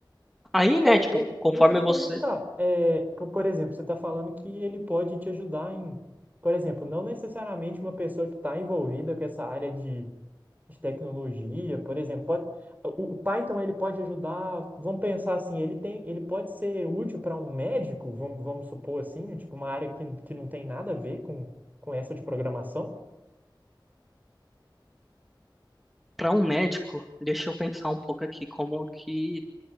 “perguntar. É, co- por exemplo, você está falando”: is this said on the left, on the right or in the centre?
Right